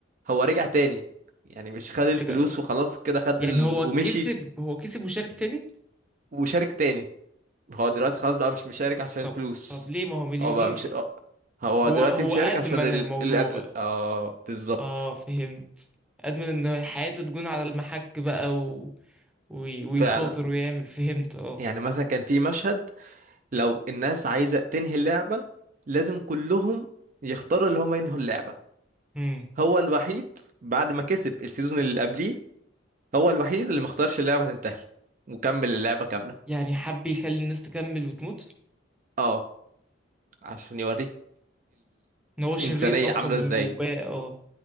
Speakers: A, on the right; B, in the centre.
A: هو رجع تاني يعني مش خد الفلوس
B: ايه ده
A: وخلاص كده خد
B: يعني
A: ال...
B: هو
A: ومشي
B: كسب هو كسب وشارك تاني
A: وشارك تاني هو دلوقتي خلاص بقى مش مشارك عشان
B: طب
A: الفلوس
B: طب ليه ما هو مليونير
A: هو بقى مش آه، هو
B: هو
A: دلوقتي
B: هو
A: مشارك
B: أدمن
A: عشان ال...
B: الموضوع
A: الأد...
B: بقى
A: اه بالظبط
B: اه فهمت أدمن ان حياته تكون على المحك بقى و... وي- ويخاطر
A: فعلا
B: ويعمل فهمت اه
A: يعني مثلا كان في مشهد لو الناس عايزة تنهي اللعبة لازم كلهم يختاروا اللي هم ينهوا اللعبة
B: امم
A: هو الوحيد بعد ما كسب السيزون اللي قبليه هو الوحيد اللي ما اختارش اللعبة تنتهي وكمل اللعبة كاملة
B: يعني حب يخلي الناس تكمل وتموت
A: اه عشان يوريك
B: ان هو شرير
A: الإنسانية
B: اصلا
A: عاملة
B: من
A: ازاي
B: جواه اه